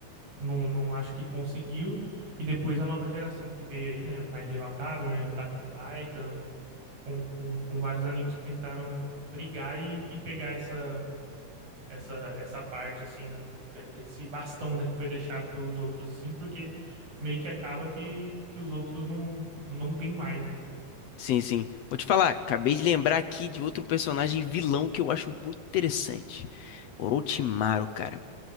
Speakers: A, on the right (about 65°); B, on the left (about 70°).
A: não, não acho que conseguiu. E depois a nova geração que veio aí, né? My Hero Academy, Attack on Titan, com, com, com vários animes que tentaram brigar e, e pegar essa. essa essa parte assim, né? Esse bastão, né, que foi deixado pelos outros assim, porque meio que acaba que, que os outros não não tem mais, né?
B: sim, sim. Vou te falar, acabei de lembrar aqui de outro personagem vilão que eu acho muito interessante. Orochimaru, cara.